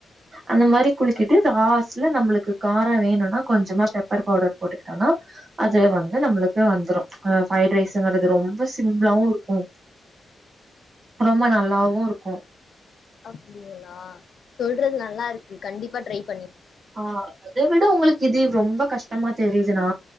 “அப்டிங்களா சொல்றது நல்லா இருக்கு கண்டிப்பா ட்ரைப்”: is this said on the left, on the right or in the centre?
Left